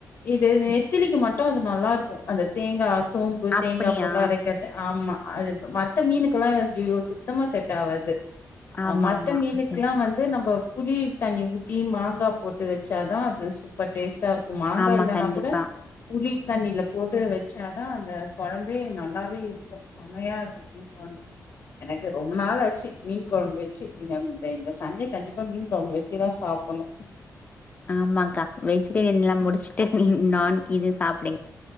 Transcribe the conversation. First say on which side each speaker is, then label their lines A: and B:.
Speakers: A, on the left; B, on the left.
A: இது நெத்திலிக்கு மட்டு அது நல்லா இருக்கு அந்த தேங்காச் சோம்பு
B: அப்படியா
A: தேங்கா போட்டு அரக்குறது ஆமா அது மாத் மத்த மீனுக்கெல்லா ஐயயோ சுத்தமா செட்டாவாது அ
B: ஆமா
A: மத்த
B: ஆமா
A: மீனுக்குலா
B: ஓகே
A: வந்து நம்ப புளி தண்ணி ஊத்தி மாங்கா போட்டு வச்சாதா அது சூப்பர் டேஸ்ட்டா இருக்கு மாங்கா
B: ஆமா
A: இல்லன்னா
B: கண்டிப்பா
A: கூட புளி தண்ணில போட்டு வச்சாதா அந்த கொழம்பே நல்லாவே இருக்கு செமயா இருக்கும்பாங்க எனக்கு ரொம்ப நாளாச்சு மீன் கொழம்பு வெச்சு இந்தம் இந்த இந்த சண்டே கண்டிப்பா மீன் கொழம்பு வச்சுதா சாப்பணு
B: ஆமாக்கா வெஜிடேரியன் லா முடிச்ட்டு நான் இது சாப்பிடுங்